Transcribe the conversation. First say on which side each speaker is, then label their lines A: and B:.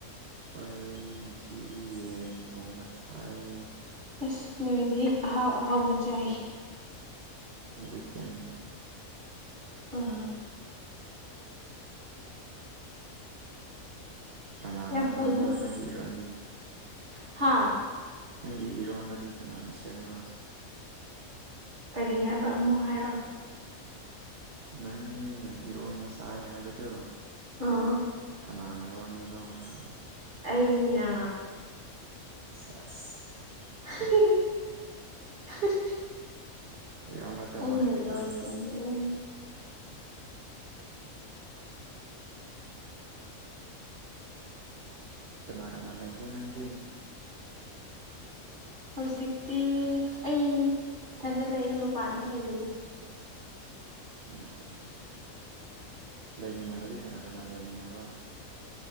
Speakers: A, on the right; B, on the right.
A: ꯑꯩꯣꯏꯁꯤ ꯌꯦꯟ ꯊꯣꯡꯕ ꯆꯥꯏ
B: ꯑꯁ ꯅꯣꯏꯗꯤ ꯑꯍꯥꯎ ꯑꯍꯥꯎꯕ ꯆꯥꯏ
A: ꯕꯤꯀꯦꯟ
B: ꯑ
A: ꯀꯅꯥꯅ
B: ꯌꯥꯝ ꯐꯩꯅꯦ
A: ꯂꯣꯟꯕ꯭ꯔꯣ ꯅꯪꯒꯤ ꯏꯔꯣꯟꯗꯤ
B: ꯍꯥꯥ
A: ꯅꯪꯒꯤ ꯏꯔꯣꯟꯝꯕꯗꯤ ꯀꯅꯥꯅ ꯁꯦꯝꯕ꯭ꯔꯣ
B: ꯀꯔꯤ ꯍꯥꯏꯕ ꯑꯃꯨꯛ ꯍꯥꯏꯔꯛꯑꯣ
A: ꯅꯪꯅ ꯏꯔꯣꯟꯕ ꯆꯥꯏ ꯍꯥꯏꯕꯗꯨ
B: ꯑꯥ
A: ꯀꯅꯥꯅꯂꯣꯟꯕꯅꯣ ꯍꯥꯏꯔꯣ
B: ꯑꯩꯅ
A: <unintelligible>
B: <unintelligible>
A: <unintelligible>
B: ꯑꯅꯩꯅ
A: ꯍꯩꯕ꯭ꯔꯥ
B: ꯂꯣꯜꯂꯦ ꯑꯩ
A: <inaudible> ꯀꯅꯥ ꯀꯅꯥ ꯂꯩꯒꯦ ꯅꯪꯗꯤ
B: ꯍꯧꯖꯤꯛꯇꯤ ꯑꯩ ꯏꯊꯟꯗ ꯂꯩꯌꯦ ꯃꯄꯥꯟꯗ ꯂꯩꯕꯒꯤ
A: ꯑꯣ ꯂꯩꯃꯤꯟꯅꯕꯗꯤ ꯀꯅꯥ ꯀꯅꯥ ꯂꯩꯃꯤꯟꯅꯕ